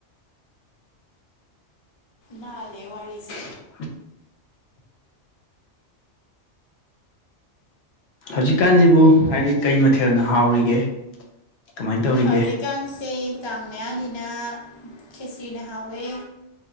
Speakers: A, on the left; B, on the left.
A: ꯂꯩ ꯋꯥꯂꯤꯁ
B: <unintelligible> ꯍꯧꯖꯤꯛꯀꯥꯟꯁꯤꯕꯨ ꯍꯥꯏꯗꯤ ꯀꯩ ꯃꯊꯦꯜꯅ ꯍꯥꯎꯔꯤꯒꯦ ꯀꯃꯥꯏꯅ ꯇꯧꯔꯤꯒꯦ
A: ꯍꯧꯖꯤꯛꯀꯥꯟꯁꯦ ꯀꯥꯡ ꯃꯌꯥꯅꯤꯅ ꯈꯦꯁꯤ꯭ꯔꯤꯅ ꯍꯥꯎꯋꯦ